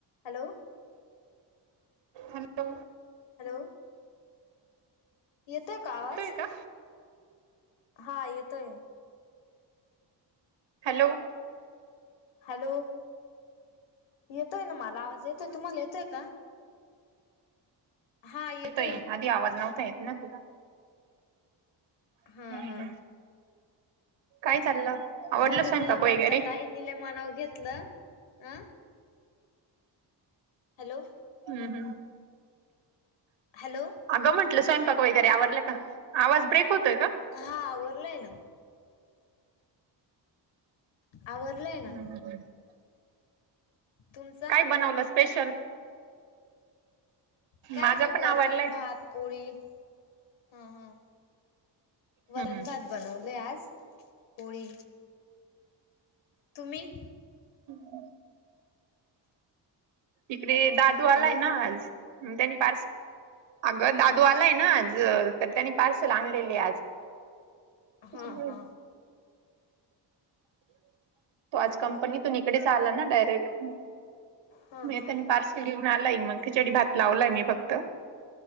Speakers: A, on the left; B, on the right.
A: Hello
B: आली का बघ.
A: हॅलो येतोय का आवाज?
B: येतोय का
A: हा येतोय.
B: हॅलो
A: हॅलो येतोय ना. मला आवाज येतोय तुम्हाला येतोय का? हा येतोय
B: येतता आदी आवाज नव्हता येत ना तुझा.
A: हा
B: हम्म
A: हा.
B: काय चाललं? आवडलं
A: मम्मीला
B: स्वयंपाक वगैरे
A: म्हटलं ताई नीले मनावर घेतलं आं. हॅलो.
B: हम्म हम्म.
A: हॅलो.
B: अगं म्हटलं स्वयंपाक वगैरे आवरला का आवाज ब्रेक होतोय का?
A: हा आवरलाय ना. आवरलय आहे ना.
B: <unintelligible>
A: तुमचा
B: काय बनवलं स्पेशल?
A: काही
B: माझा
A: नाही
B: पण
A: वरण
B: आवडलाय
A: भात पोळी हा हा वरणभात.
B: हम्म हम्म
A: बनवले आज पोळी. तुम्ही.
B: <inaudible> इकडे दादू आलाय
A: हॅलो
B: ना आज हम्म त्यांनी पारस अगं दादू आलाय ना आज तर त्यांनी पार्सल आणलेले आज. त्याच्यामुळे
A: हा हा.
B: <inaudible> तो आज कंपनीतून इकडेच आला ना डायरेक्ट. मग,
A: हा हा
B: त्यांनी पार्सल घेऊन आलाय मग खिचडी भात. लावलाय मी फक्त.